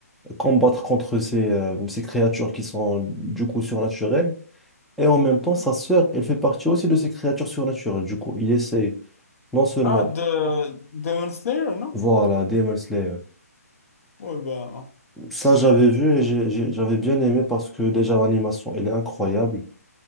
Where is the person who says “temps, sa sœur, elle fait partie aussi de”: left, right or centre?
Centre